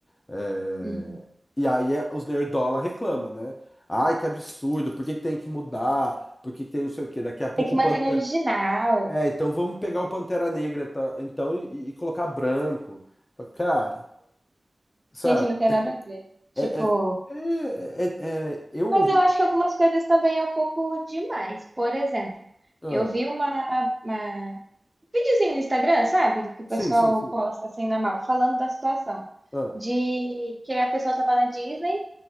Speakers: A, on the left; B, on the right.
A: é,
B: Uhum.
A: E aí é- os nerdola reclama, né? Ai, que absurdo, por que que tem que mudar? Por que que tem não sei o quê? Daqui a pouco
B: Tem que manter
A: o Pantera.
B: no original.
A: É, então vamos pegar o Pantera Negra tá? então e, e colocar branco. Fala, Cara, sabe?
B: Gente, não tem nada a ver. Tipo,
A: É, é- é- é- é- eu
B: mas
A: ouvi.
B: eu acho que algumas coisas também é um pouco demais. Por exemplo,
A: Ah,
B: eu vi uma, uma- um videozinho no Instagram, sabe? do Que o pessoal
A: sim, sim, sim.
B: posta assim na mão, falando da situação.
A: Ah,
B: De que a pessoa tava na Disney,